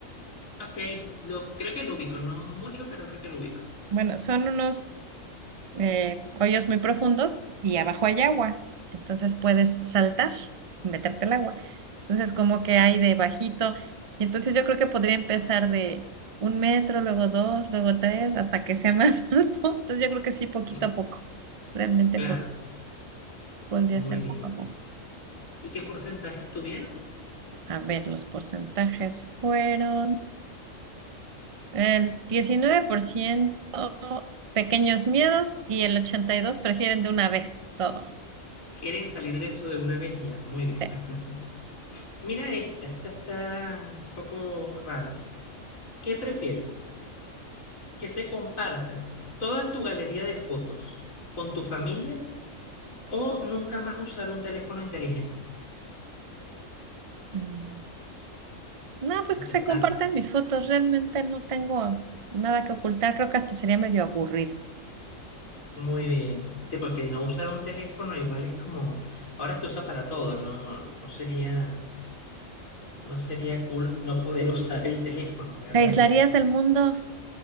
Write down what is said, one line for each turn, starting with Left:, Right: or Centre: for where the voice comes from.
Left: Ok, lo, creo que lo ubico, no mucho, pero creo que lo ubico.
Right: Bueno, son unos eh, hoyos muy profundos y abajo hay agua. Entonces puedes saltar y meterte al agua. Entonces, como que hay de bajito. Y entonces yo creo que podría empezar de un metro, luego dos, luego tres, hasta que sea más <laughs> alto. Entonces yo creo que sí, poquito
Left: Mm,
Right: a poco. Realmente
Left: Claro,
Right: po- podría
Left: muy
Right: ser
Left: bien.
Right: poco a poco.
Left: ¿Y qué porcentaje tuvieron?
Right: A ver, los porcentajes fueron el 19% pequeños miedos y el 82% prefieren de una vez todo.
Left: Quieren salir de eso de una vez y ya. Muy bien.
Right: Sí.
Left: <laughs> Mira esta, esta está un poco rara. ¿Qué prefieres? ¿Que se comparta toda tu galería de fotos con tu familia o nunca más usar un teléfono inteligente?
Right: Mm. No, pues que
Left: Interesante.
Right: se compartan mis fotos. Realmente no tengo nada que ocultar. Creo que hasta sería medio aburrido.
Left: Muy bien. Sí, porque no usar un teléfono igual es como, ahora se usa para todo, no, no sería No sería cool no poder usar el teléfono realmente.
Right: ¿Te aislarías del mundo?